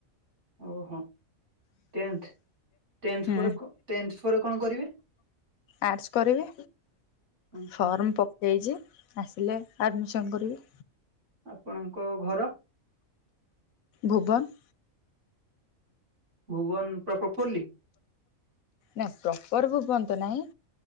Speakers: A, on the right; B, on the left.
A: ଓହୋ ଟେନ୍ଥ ଟେନ୍ଥ
B: ହୁଁ
A: ପରେ କ ଟେନ୍ଥ ପରେ କଣ କରିବେ?
B: ଆର୍ଟ୍ସ କରିବି
A: ହୁଁ ହୁଁ
B: ଫର୍ମ ପ ଦେଇଛି ଆସିଲେ ଆଡ଼ମିସନ୍ କରିବି।
A: ଆପଣଙ୍କ ଘର?
B: ଭୁବନ୍।
A: ଭୁବନ୍ ପୁରା ପ୍ରପୋଲି।
B: ନା ପ୍ରପର ଭୁବନ ତ ନାହିଁ।